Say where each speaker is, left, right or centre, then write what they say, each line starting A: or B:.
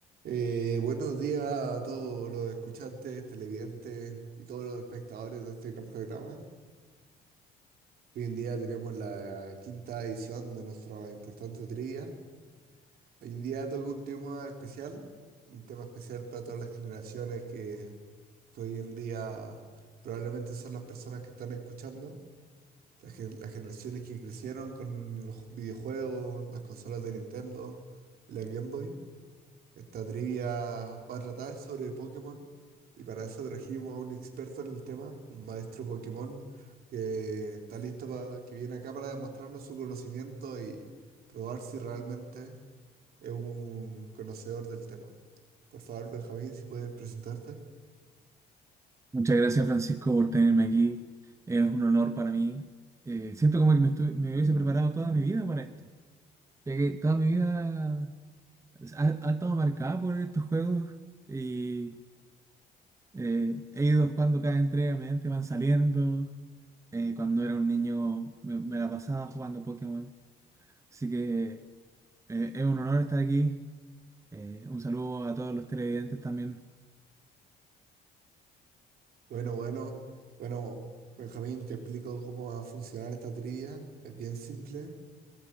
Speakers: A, on the right (about 65°); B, on the right (about 15°).
A: Eh, buenos días a todos los escuchantes, televidentes y todos los espectadores de este gran programa. Hoy en día tenemos la quinta edición de nuestra importante trivia. Hoy en día toca un tema especial, un tema especial para todas las generaciones que, que hoy en día probablemente son las personas que están escuchando, las, gen- las generaciones que crecieron con los videojuegos, las consolas de Nintendo y la Game Boy. Esta trivia va a tratar sobre Pokémon y para eso trajimos a un experto en el tema, un maestro Pokémon que está listo para que viene acá para demostrarnos su conocimiento y probar si realmente es un conocedor del tema. Por favor, Benjamín, si puedes presentarte.
B: Muchas gracias, Francisco, por tenerme aquí. Es un honor para mí. Eh, siento como que me, estu- me hubiese preparado toda mi vida para esto, ya que toda mi vida ha, ha estado marcada por estos juegos y eh, he ido jugando cada entrega, mediante van saliendo. Eh, cuando era un niño me, me la pasaba jugando Pokémon. Así que eh, es un honor estar aquí. Eh, un saludo a todos los televidentes también.
A: Bueno, bueno, bueno, Benjamín, te explico cómo va a funcionar esta trivia. Es bien simple.